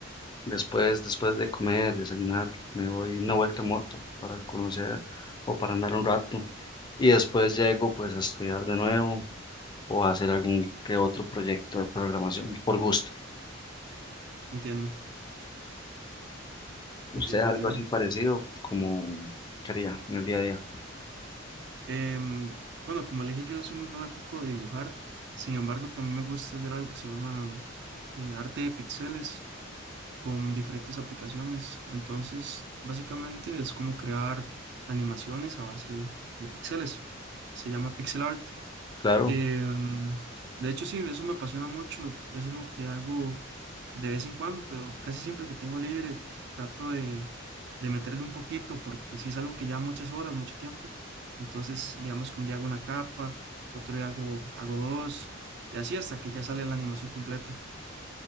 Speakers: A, on the left; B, on the right.
A: Después, después de comer, desayunar, me doy una vuelta en moto para conocer o para andar un rato y después llego pues a estudiar de nuevo o hacer algún que otro proyecto de programación por gusto.
B: Entiendo,
A: ¿Usted
B: entiendo,
A: algo
B: entiendo.
A: así parecido como quería en el día a día?
B: Em, bueno, como le dije, yo soy muy fanático de dibujar, sin embargo, también me gusta hacer algo que se llama eh, arte de píxeles con diferentes aplicaciones. Entonces, básicamente es como crear animaciones a base de píxeles. Se llama pixel art.
A: Claro,
B: Em, de hecho, sí, eso me apasiona mucho. Es algo que hago de vez en cuando, pero casi siempre que tengo libre trato de, de meterle un poquito porque si es algo que lleva muchas horas, mucho tiempo, entonces digamos que un día hago una capa, otro día hago, hago dos y así hasta que ya sale la animación completa,